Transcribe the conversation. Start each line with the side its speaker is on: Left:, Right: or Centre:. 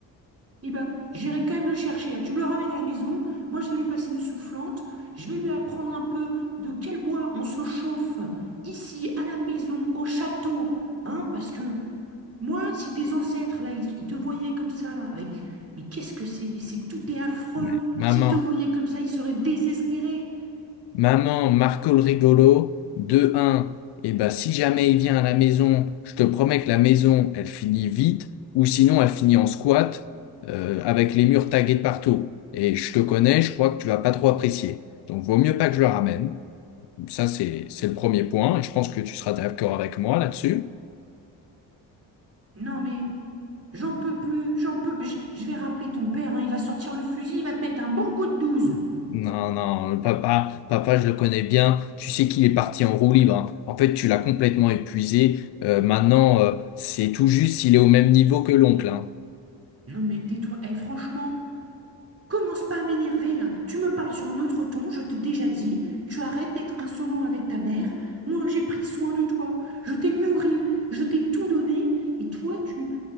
Right: Et bah j'irai quand même le chercher là. Tu me le ramènes à la maison. Moi, je vais lui passer une soufflante. Je vais lui apprendre un peu de quel bois on se chauffe ici, à la maison, au château, hein, parce que Moi, si tes ancêtres, là, ils, ils te voyaient comme ça, là, avec... Mais qu'est-ce que c'est? Mais c'est tout est affreux.
Left: Mais maman.
Right: S'ils te voyaient comme ça, ils seraient désespérés.
Left: Maman, Marco le rigolo, deux un, Et ben si jamais il vient à la maison, je te promets que la maison, elle finit vite, ou sinon elle finit en squat euh, avec les murs tagués de partout. Et je te connais, je crois que tu vas pas trop apprécier. Donc, vaut mieux pas que je le ramène. Ça, c'est, c'est le premier point. Et je pense que tu seras d'accord avec moi là-dessus.
Right: Non, mais j'en peux plus, j'en peux plus. Je je vais rappeler ton père, hein, il va sortir le fusil, il va te mettre un bon coup de douze.
Left: Non, non, le papa, papa, je le connais bien. Tu sais qu'il est parti en roue libre. hein. En fait, tu l'as complètement épuisé. Euh, maintenant, euh, c'est tout juste s'il est au même niveau que l'oncle. hein.
Right: Non, mais tais-toi. Eh, franchement, Commence pas à m'énerver là. Tu me parles sur un autre ton, je t'ai déjà dit. Tu arrêtes d'être insolent avec ta mère. Moi, j'ai pris soin de toi. Je t'ai nourri, je t'ai tout donné. Et toi, tu...